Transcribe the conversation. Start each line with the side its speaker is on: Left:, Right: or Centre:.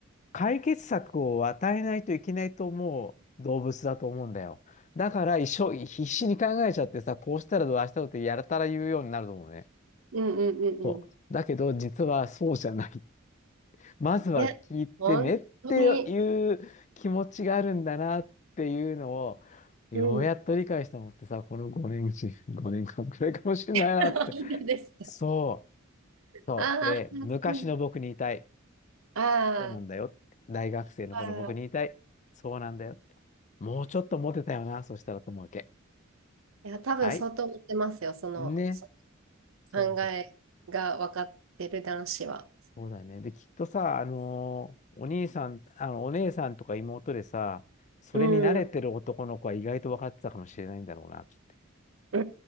Left: 解決策を与えないといけないと思う動物だと思うんだよ。だから一生必死に考えちゃってさ、こうしたらどう、ああしたらどうってやたら言うようになると思うね。
Right: うんうんうんうん。
Left: そう。だけど実はそうじゃない。<laughs> まずは聞いてねっていう気持ちがあるんだなっていうのを、
Right: いや、本当に、
Left: ようやっと理解したのってさ、
Right: うん。
Left: この5年、5年間くらいかもしれないなって。
Right: <laughs> いいです。
Left: そう。そう。
Right: ああ、
Left: で、昔の僕に言いたい。
Right: そう。あ
Left: そうなんだよって。
Right: あ。
Left: 大学生のこの僕に言いたい。
Right: ああ
Left: そうなんだよ。もうちょっとモテたよな、そしたらと思うわけ。
Right: いや、多分相当持ってますよ、
Left: はい。
Right: その、
Left: ね。
Right: そ
Left: そうで、
Right: の考えが分かってる男子は。
Left: そうだよね。で、きっとさ、あのーお兄さん、あの、お姉さんとか妹でさ、それに慣れてる男の子は意外と分かってたかもしれないんだろうなって。
Right: うん、う